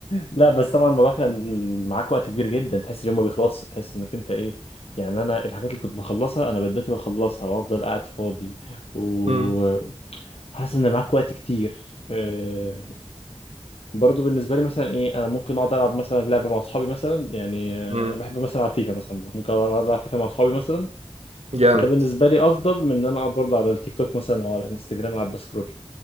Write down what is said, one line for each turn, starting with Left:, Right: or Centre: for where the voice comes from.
Left: لا بس طبعا الموضوع كان معاك وقت كبير جدا تحس اليوم ما بيخلصش تحس انك انت ايه يعني انا الحاجات اللي كنت بخلصها انا بدأت بخلصها وافضل قاعد فاضي و-
Right: امم
Left: وحاسس ان معاك وقت كتير آه، برضو بالنسبة لي مثلا ايه انا ممكن اقعد العب مثلا لعبة مع اصحابي مثلا يعني آه،
Right: امم
Left: بحب مثلا العب فيفا مثلا ممكن اقعد العب فيفا مع اصحابي مثلا
Right: جامد
Left: ده بالنسبه لي افضل من ان انا اقعد برضه على التيك توك مثلا او على الانستجرام قاعد بسكرول